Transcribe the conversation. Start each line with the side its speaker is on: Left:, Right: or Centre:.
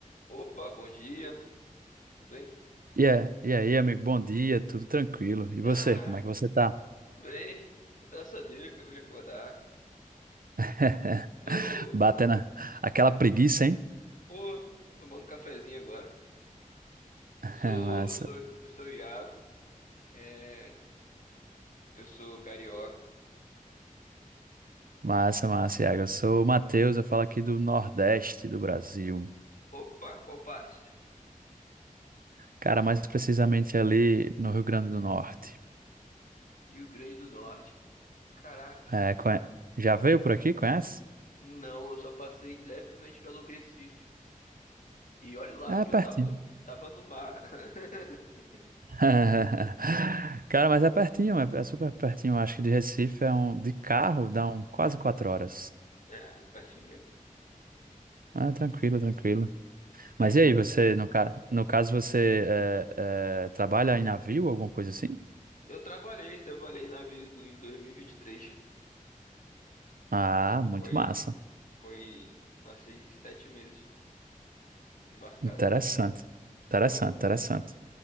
Left: Opa, bom dia, tudo bem?
Right: E é- e aí, amigo, bom dia, tudo tranquilo. E você,
Left: Ah,
Right: como é que você tá?
Left: tudo bem, graças a Deus, acabei de acordar.
Right: <laughs>
Left: Tô,
Right: Batendo a- aquela preguiça, hein?
Left: pô, tomando cafezinho agora.
Right: <laughs>
Left: Eu sou,
Right: Massa,
Left: eu Ah, sou, eu sou o Iago, é, eu sou carioca.
Right: massa, massa, Iago. Eu sou o Matheus, eu falo aqui do Nordeste do Brasil.
Left: Opa, qual parte?
Right: Cara, mais precisamente ali no Rio Grande do Norte.
Left: Rio Grande do Norte. Caraca,
Right: É, conhe- Já veio por aqui, conhece?
Left: não, eu só passei levemente pelo Recife. E olha lá, porque
Right: É pertinho.
Left: eu tava, tava no mar. <laughs>
Right: <laughs> Cara, mas é pertinho, é, é super pertinho. Acho que de Recife é um... De carro dá um quase quatro horas.
Left: É, pertinho mesmo.
Right: Ah, tranquilo, tranquilo.
Left: Tem,
Right: Mas e
Left: co-
Right: aí, você, no, ca... no caso, você eh, eh, trabalha em navio, alguma coisa assim?
Left: eu trabalhei, trabalhei na vida em 2023.
Right: Ah, muito
Left: Foi
Right: massa.
Left: Foi, passei sete meses embarcado.
Right: Interessante. Interessante,
Left: Foi, mu-
Right: interessante.